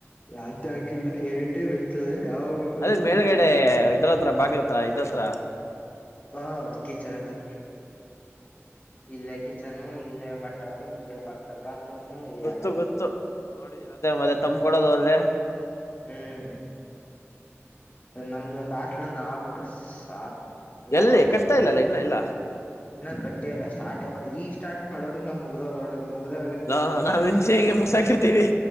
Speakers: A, on the left (about 35°); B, on the left (about 70°).
A: ಯಾವುದ್ ಆಗಿಲ್ಲ ಏನಿ ಟೈಮ್ ಇರ್ತದೆ ಯಾವಾಗ ಬೇಕಾದ್ರೂ
B: ಅದೇ ಮೇಲ್ಗಡೆ
A: ಊಟ ಮಾಡ
B: ಇದ್ರ್ ಹತ್ತಿರ ಬಾಗಲ್ ಹತ್ತಿರ ಇದರ ಹತ್ರ
A: ಹಾ ಕಿಚನ್ ಅತ್ರ ಇಲ್ಲೇ ಕಿಚ್ಚನು ಇಲ್ಲೇ ಬಟ್ಟೆ ಹೊಗಯೋದ್ ಇಲ್ಲೇ ಪಕ್ಕದಲ್ಲಿ ಬಾ <unintelligible>
B: ಗೊತ್ತು
A: ಎಲ್ಲಾ ಇಲ್ಲೆ
B: ಗೊತ್ತು ನೋಡಿ ಅದೇ ಮತ್ತೆ
A: ಹ್ಮ್
B: ತಂಬ್ ಕೊಡೋದು ಅಲ್ಲೇ
A: ಹ್ಮ್ ನಮ್ದೊಂದು ಹಾಸ್ಟೆಲ್ ಒಂದ್ ಆಗ್ಬಿಟ್ಟು ಸಾಕು ಯಾವಾಗಯ್ತು
B: ಎಲ್ಲಿ ಕಟ್ತಾ
A: ಅಂತ
B: ಇಲ್ಲಲ್ಲ
A: ಗೊತ್ತಿಲ್ಲ
B: ಇನ್ನ ಇಲ್ಲ
A: ಇನ್ನ ಕಟ್ಟೇಲ್ಲೆ ಇಲ್ಲ ಸ್ಟಾರ್ಟೇ ಈಗ ಸ್ಟಾರ್ಟ ಮಾಡುದ್ರೂ ನಾ ಮುಗ ಮುಗ್ದೋಗಿರ್ತ
B: ನಾ-
A: ಇಂಜಿನಿಯರಿಂಗ್
B: ನಾವ್ ಮುಗ್ಸಾಕಿರ್ತೀವಿ